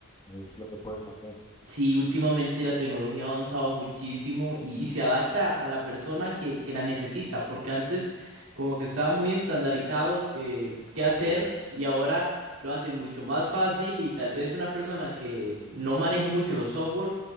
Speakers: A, on the left; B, on the right.
A: Es lo que puedes hacer.
B: Sí, últimamente la tecnología ha avanzado muchísimo y, y se adapta a la persona que, que la necesita, porque antes como que estaba muy estandarizado eh, qué hacer
A: Sí,
B: y ahora lo hace mucho más fácil y tal vez una persona que no maneje mucho los software,